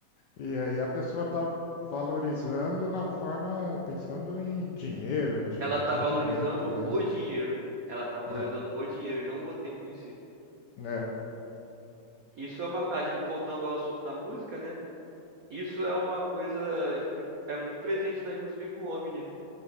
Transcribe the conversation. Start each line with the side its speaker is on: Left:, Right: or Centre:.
Left: E aí a pessoa tá valorizando na forma, pensando em dinheiro, de
Right: ela tá
Left: rendimento
Right: valorizando
Left: mesmo,
Right: o dinheiro. Ela tá valorizando
Left: né?
Right: o dinheiro e não o tempo em si.
Left: Né?
Right: Isso é uma, a gente, voltando ao assunto da música, né? Isso é uma coisa que é muito presente nas músicas do Omni,